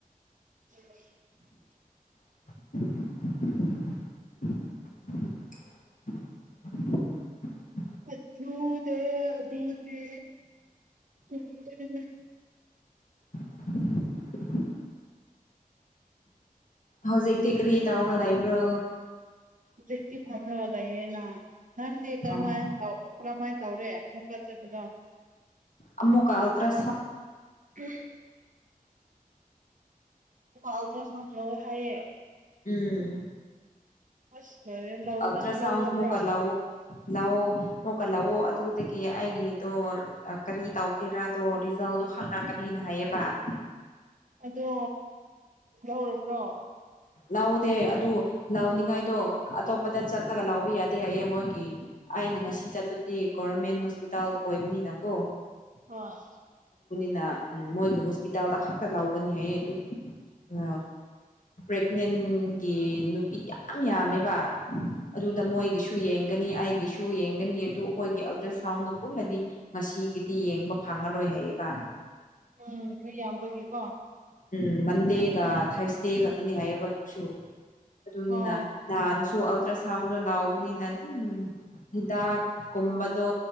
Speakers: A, on the right (about 60°); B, on the left (about 60°).
A: <unintelligible> <unintelligible>
B: <unintelligible> <unintelligible> <unintelligible> <unintelligible>
A: ꯑꯊꯨꯗ <unintelligible> ꯑꯗꯨꯅꯦ ꯆꯨꯝꯗꯣꯏꯅꯦ
B: <unintelligible> <unintelligible> ꯍꯧꯖꯤꯛꯇꯤ ꯀꯔꯤ ꯇꯧꯔꯒ ꯂꯩꯕ꯭ꯔꯣ
A: ꯍꯧꯖꯤꯛꯇꯤ ꯐꯝꯔꯒ ꯂꯩꯌꯦꯅ ꯅꯪꯗꯤ ꯀꯔꯝꯍꯥꯏꯅ
B: ꯑꯣ
A: ꯇꯧ ꯀꯔꯃꯥꯏꯅ ꯇꯧꯔꯦ ꯃꯨꯛꯀꯥ ꯆꯠꯄꯗꯣ
B: ꯑꯃꯨꯛꯀ ꯑꯜꯇ꯭ꯔꯁꯥꯎꯟ
A: ꯎꯝ ꯑꯜꯇ꯭ꯔꯥꯁꯥꯎꯟ ꯂꯧꯑꯣ ꯍꯥꯏꯌꯦ
B: ꯎꯝ
A: ꯑꯁ ꯂꯣꯏꯔꯦ ꯂꯧꯗ
B: ꯑꯜꯇ꯭ꯔꯥꯁꯥꯎꯟ
A: ꯂꯧꯗꯕ꯭ꯔꯥ
B: ꯃꯣꯀꯜ ꯂꯥꯛꯑꯣ ꯂꯥꯛꯑꯣ ꯃꯣꯀꯜ ꯂꯥꯛꯑꯣ ꯑꯗꯨꯒ ꯒꯤ ꯑꯩꯒꯤꯗꯣ ꯀꯔꯤ ꯇꯧꯒꯦꯔꯥꯗꯣ ꯔꯤꯖꯜꯗꯣ ꯈꯪꯅꯔꯛꯀꯅꯤꯅ ꯍꯥꯏꯌꯦꯕ ꯎꯝ
A: ꯑꯗꯣ ꯂꯧꯔꯕ꯭ꯔꯣ
B: ꯂꯧꯧꯗꯦ ꯑꯗꯨ ꯅꯅꯤꯡꯉꯥꯏꯗꯣ ꯑꯇꯣꯞꯄꯗ ꯆꯠꯂꯒ ꯂꯥꯎꯕ ꯌꯥꯗꯦ ꯍꯥꯏꯌꯦ ꯃꯣꯏꯒꯤ ꯑꯩꯅ ꯉꯁꯤ ꯆꯠꯄꯗꯤ ꯒꯣꯔꯃꯦꯟ ꯍꯣꯁꯄꯤꯇꯥꯜ ꯑꯣꯏꯕꯅꯤꯅꯀꯣ
A: ꯍꯣꯏ
B: ꯎ ꯃꯣꯏꯒꯤ ꯍꯣꯁꯄꯤꯇꯥꯜꯗ ꯈꯛꯇ ꯂꯥꯎꯒꯅꯤꯍ ꯑꯗꯨ ꯎ ꯄ꯭ꯔꯦꯒꯅꯦꯟꯒꯤ ꯅꯨꯄꯤ ꯌꯥꯝ ꯌꯥꯝꯃꯦꯕ ꯑꯗꯨꯗ ꯃꯣꯏꯒꯤꯁꯨ ꯌꯦꯡ ꯅꯤ ꯑꯩꯒꯤꯁꯨ ꯌꯦꯡꯒꯅꯤ ꯑꯗꯨ ꯑꯩꯈꯣꯏꯒꯤ ꯑꯜꯇ꯭ꯔ ꯁꯥꯎꯟꯗ ꯄꯨꯟꯅꯗꯤ ꯉꯁꯤꯒꯤꯗꯤ ꯌꯦꯡꯕ ꯐꯪꯉꯔꯣꯏ ꯕ
A: ꯎꯝ ꯅꯣꯏ ꯌꯥꯝꯕꯒꯤꯀꯣ
B: ꯎꯝ ꯃꯟꯗꯦꯒ ꯊꯥꯔꯁꯗꯦ ꯈꯥꯛꯛꯇꯅꯤ ꯍꯥꯏꯌꯦꯕ ꯑꯗꯨꯁꯨ ꯑꯗꯨꯅꯤꯅ
A: ꯑꯣ
B: ꯅꯍꯥꯟ ꯑꯜꯇ꯭ꯔ ꯁꯥꯎꯟꯗ ꯂꯥꯎꯕꯅꯤꯅ ꯑꯗꯨꯝ ꯍꯤꯗꯥꯛ ꯀꯨꯝꯕꯗꯣ